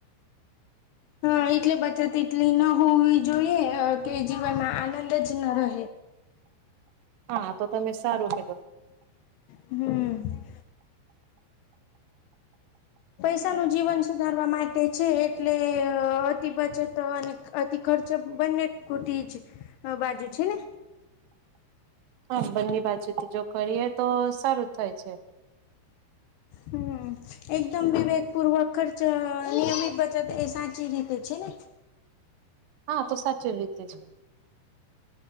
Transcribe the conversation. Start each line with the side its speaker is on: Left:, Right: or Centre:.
Left: હ એટલે બચત એટલી ન હોવી જોઈએ કે જીવનમાં આનંદ જ ન રહે
Right: હા તો તમે સારું કીધું
Left: હમ. પૈસાનું જીવન સુધારવા માટે છે એટલે અતિ બચત અને અતિ ખર્ચ બંને કોટી છે બા જે છે ને.
Right: હા બંની બાજુથી જો કરીએ તો સારું થાય છે.
Left: હમ. એકદમ વિવેકપૂર્વક ખર્ચ નિયમિત બચત એ સાચી રીતે છે ને.
Right: હા તો સાચું રીતે છે.